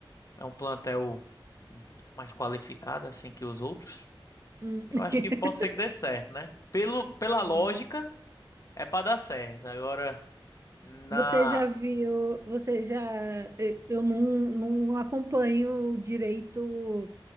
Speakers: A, on the left (about 40°); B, on the right (about 35°).
A: é um plantel mais qualificado assim que os outros.
B: Hum. <laughs>
A: Eu acho que pode ser que dê certo, né? Pelo,
B: Entendi.
A: pela lógica, é pra dar certo. Agora, na.
B: Você já viu, você já, eu eu não, não acompanho direito